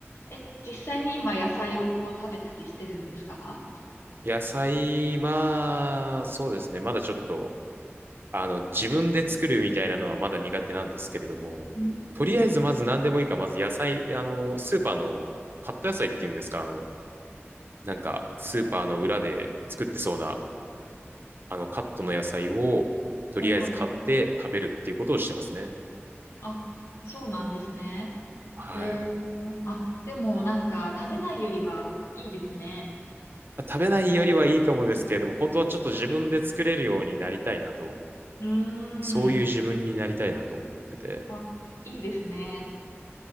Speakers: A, on the left; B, on the right.
A: え、実際に今野菜をこう食べたりしてるんですか
B: 野菜、まあそうですね。まだちょっと、あの自分で作るみたいなのはまだ苦手なんですけれども、
A: うん。
B: とりあえずまず何でもいいから、まず野菜、あの、スーパーのカット野菜っていうんですか、あの、なんかスーパーの裏で作ってそうな、あのカットの野菜をとりあえず買って食べるっていうことをしてますね。
A: はいはい。あ、そうなんですね。
B: はい。
A: うーあ、でもなんか食べないよりはいいですね。
B: 食べないよりはいいかもですけれども、本当はちょっと自分で作れるようになりたいなと
A: うーん。
B: そういう自分になりたいなと思ってて。
A: あ、いいですね。